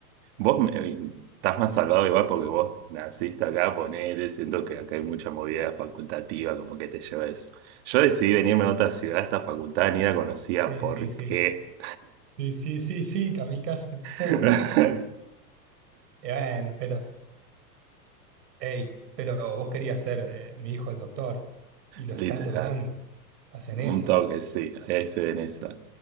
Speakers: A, on the right; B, on the right.
A: Vos me- eh, estás más salvado igual porque vos naciste acá, ponele, siento que acá hay mucha movida facultativa, como que te lleva eso. Yo decidí venirme a otra ciudad, esta facultad ni la conocía,
B: Eh,
A: ¿por
B: sí, sí.
A: qué?
B: Sí, sí, sí, sí, kamikaze. <laughs>
A: <laughs>
B: Y bueno, pero, hey, pero vos querías ser eh, mi hijo el doctor y lo
A: Literal,
B: estás logrando. Estás en esa.
A: un toque, sí, ahí estoy en esa.